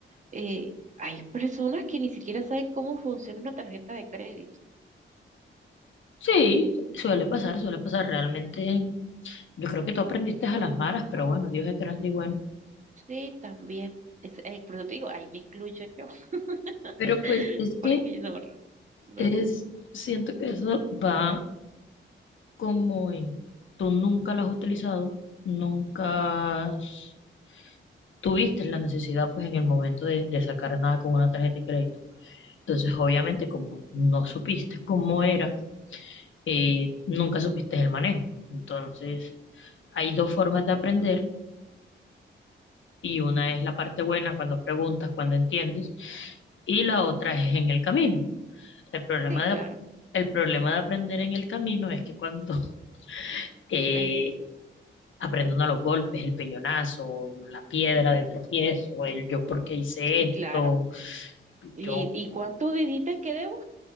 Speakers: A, on the right; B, on the left.
A: eh, hay personas que ni siquiera saben cómo funciona una tarjeta de crédito.
B: sí, suele pasar, suele pasar realmente. Yo creo que tú aprendiste a las malas, pero bueno, Dios es grande y bueno.
A: Sí, también, es, eh, por eso te digo, ahí me incluyo yo,
B: Pero
A: <laughs>
B: pues es
A: porque
B: que
A: no, entonces,
B: es, siento que eso va. como en tú nunca lo has utilizado, nunca has- tuviste la necesidad pues en el momento de, de sacar nada con una tarjeta de crédito. Entonces, obviamente, como no supiste cómo era, eh, nunca supiste el manejo. Entonces, hay dos formas de aprender y una es la parte buena cuando preguntas, cuando entiendes, y la otra es en el camino. El problema
A: sí, claro,
B: de, el problema de aprender en el camino es que cuando <laughs> eh,
A: eh,
B: aprendiendo a los golpes, el peñonazo, la piedra de tropiezo, el yo por qué hice
A: sí,
B: esto,
A: claro. ¿Y,
B: yo
A: y cuánto dijiste que debo?